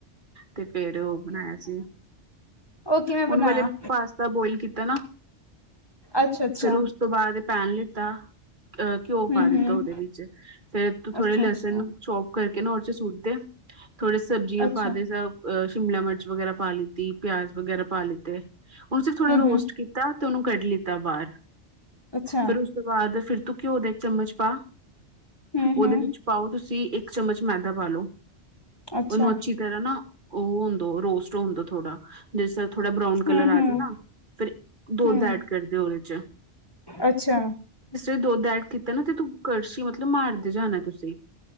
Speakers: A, on the right; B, on the left.
A: ਤੇ ਫੇਰ ਉਹ ਬਣਾਇਆ ਸੀ
B: ਉਹ ਕਿਵੇਂ ਬਣਾਇਆ
A: ਉਹਨੂੰ ਵੇਲੇ ਪਾਸ ਤਾ ਬੋਇਲ ਕੀਤਾ ਨਾ,
B: ਅੱਛਾ ਅੱਛਾ
A: ਫੇਰ ਉਸ ਤੋਂ ਬਾਦ ਪੈਨ ਲਿੱਤਾ। ਅਹ ਘਿਓ ਪਾ
B: ਹੂੰ
A: ਦਿੱਤਾ
B: ਹੂੰ
A: ਓਦੇ ਵਿੱਚ, ਫੇਰ ਤੂੰ ਥੋੜੇ
B: ਅੱਛਾ
A: ਲਸਣ
B: ਅੱਛਾ
A: ਛੋ ਕਰਕੇ ਨੜ ਚ ਸੁਟਦੇ ਥੋੜੇ ਸਬਜ਼ੀਆਂ
B: ਅੱਛਾ
A: ਪਾ ਦੇ ਸ ਅ ਸ਼ਿਮਲਾ ਮਰਚ ਵਗੈਰਾ ਪਾ ਲਿੱਤੀ ਪਿਆਜ ਵਗੈਰਾ ਪਾ ਲਿੱਤੇ, ਹੁਨ ਸਿਫ ਥੋੜਾ
B: ਹੂੰ
A: ਰੋਸਟ
B: ਹੂੰ
A: ਕੀ ਤਾ ਤ ਓਨੂੰ ਕੱਢ ਲਿੱਤਾ ਬਾਰ,
B: ਅੱਛਾ
A: ਫਿਰ ਉਸ ਓ ਤੋਂ ਬਾਦ ਫਿਰ ਤੂੰ ਘਿਓ ਦੇ ਚਮਚ ਪਾ,
B: ਹੂੰ
A: ਓਦੇ
B: ਹੂੰ
A: ਵਿੱਚ ਪਾਓ ਤੁਸ ਤੁਸੀਂ ਇੱਕ ਚਮਚ ਮੈਦਾ ਪਾਲੋ,
B: ਅੱਛਾ
A: ਓਨੂੰ ਜਿਹੜਾ ਨਾ ਓ ਹੁੰਦਾ ਰੋਸਟ ਹੁੰਦਾ ਥੋੜਾ ਜਿਸ ਤਰ੍ਹਾਂ ਥੋੜ੍ਹਾ ਬਰਾਊਨ ਕਲਰ
B: ਹੂੰ
A: ਆ
B: ਹੂੰ
A: ਜਾ ਨਾ ਫਿਰ ਦੁੱਧ
B: ਹੂੰ
A: ਐਡ ਕਰਦੇ ਓਦੇ 'ਚ
B: ਅੱਛਾ।
A: ਫਿਰ ਦੁਧ ਐਡ ਕੀਤਾ ਤੁ ਕੜਸੀ ਮਤਲਬ ਮਾਰਦੇ ਜਾਣਾ ਤੁਸੀਂ